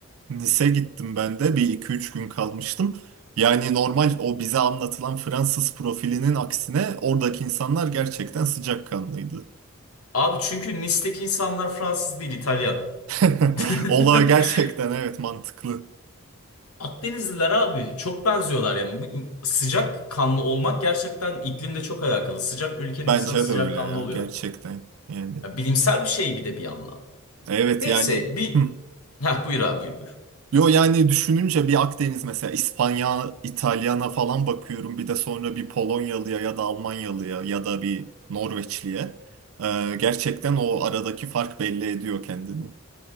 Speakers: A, on the right; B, on the left.
A: Nice gittim ben de. Bir iki üç gün kalmıştım. Yani normal o bize anlatılan Fransız profilinin aksine oradaki insanlar gerçekten sıcakkanlıydı.
B: Abi çünkü Nis'teki insanlar Fransız değil, İtalyan.
A: <laughs>
B: <laughs>
A: Olay gerçekten evet mantıklı.
B: Akdenizliler abi çok benziyorlar yani. Bu in- sıcak kanlı olmak gerçekten iklimle çok alakalı. Sıcak ülkenin
A: Bence
B: insanı sıcak
A: de öyle
B: kanlı
A: ya
B: oluyor.
A: gerçekten yani.
B: Ya bilimsel bir şey bir de bir yandan.
A: Evet
B: Neyse
A: yani
B: bir...
A: hı.
B: Heh buyur abi buyur buyur.
A: Yo yani düşününce bir Akdeniz mesela İspanya, İtalyana falan bakıyorum bir de sonra bir Polonyalıya ya da Almanyalıya ya da bir Norveçliye. Ee, gerçekten o aradaki fark belli ediyor kendini.